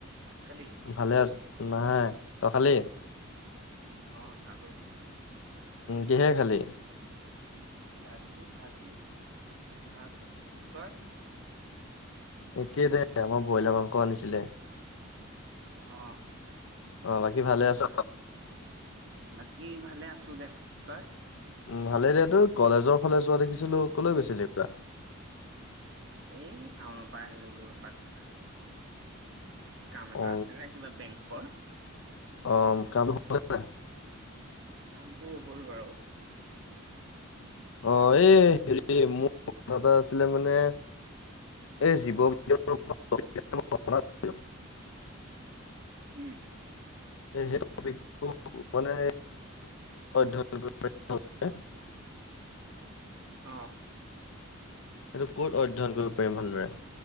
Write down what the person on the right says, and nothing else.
ভাত খালি?
অ খালো।
দালি, ভাজি, ভাত তই?
অ
আচ্ছা,
বাকী ভালে আ আছো দে তই?
এই টাউনৰ পৰা আহিলোঁ গৈ পাক কাম এটা
আছিলে ন কিবা বেংকৰ।
উম,
কামটো হ'ল বাৰু।
উম।
অ।